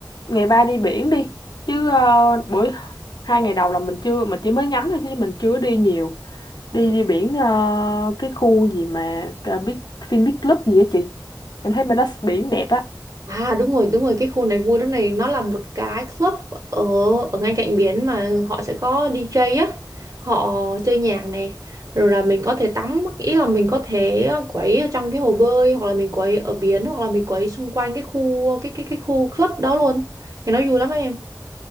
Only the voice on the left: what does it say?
ngày ba đi biển đi. Chứ ờ, buổi hai ngày đầu là mình chưa mình chỉ mới ngắm thôi chứ mình chưa đi nhiều. Đi
đi biển ờ, cái khu gì mà uh, Big Fin Big Club gì á chị. Em thấy bên đó biển đẹp á.